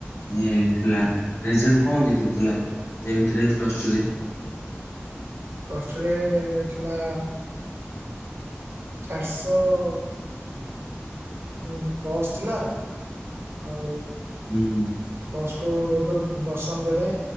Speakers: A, on the left (about 75°); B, on the right (about 80°).
A: ଏଁ ଥିଲା ରେଜଲ୍ଟ କଣ କେତେ ଥିଲା ଟେନ୍ଥ ରେ ପ୍ଲସ୍ ଟୁ ରେ?
B: ପ୍ଲସ୍ ଟୁ ରେ ଥିଲା ଚାରଶଅ ହୁଁ, ଦଶ ଥିଲା, ଆଉ
A: ହୁଁ।
B: ପ୍ଲସ୍ ଟୁ ଯୋଉ ଉଁ, ଦଶମ ବେଳେ